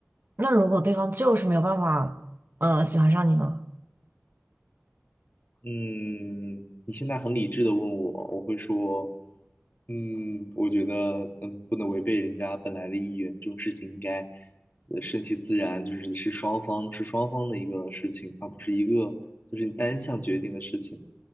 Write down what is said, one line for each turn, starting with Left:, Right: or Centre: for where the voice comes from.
Right: 那如果对方就是没有办法，呃，喜欢上你了，
Left: 嗯，你现在很理智的问我，我会说，嗯，我觉得，嗯，不能违背人家本来的意愿，这种事情应该，呃，顺其自然，就是是双方是双方的一个事情，而不是一个就是你单向决定的事情。